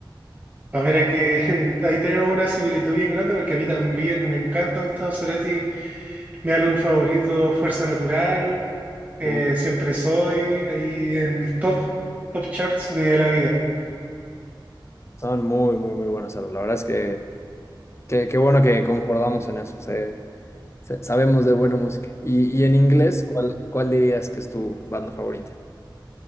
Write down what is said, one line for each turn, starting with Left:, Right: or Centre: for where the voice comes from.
Right: A ver, aquí <laughs> ahí tenemos una similitud bien grande porque a mí también me encanta Gustavo Cerati. Mi álbum favorito, Fuerza Natural, eh,
Left: Uh,
Right: Siempre Soy, ahí en mis top, top charts de la vida.
Left: Son muy, muy, muy buenos álbumes. La verdad es que que- qué bueno que concordamos en eso. se- se- sabemos de buena música. Y, y en inglés, ¿cuál, cuál dirías que es tu banda favorita?